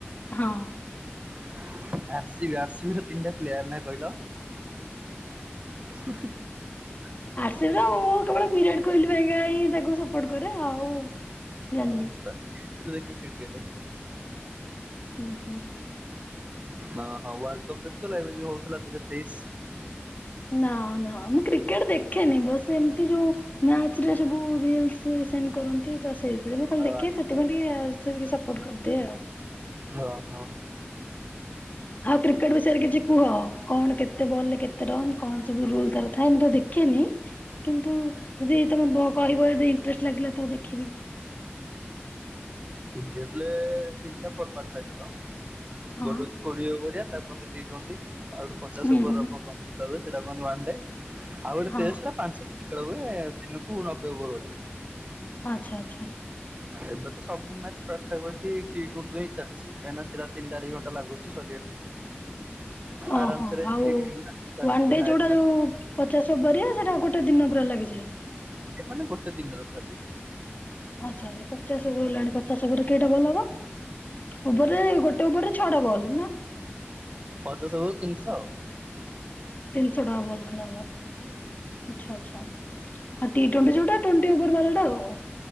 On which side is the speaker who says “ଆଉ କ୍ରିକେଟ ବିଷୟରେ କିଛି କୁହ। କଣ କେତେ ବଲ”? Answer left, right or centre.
Left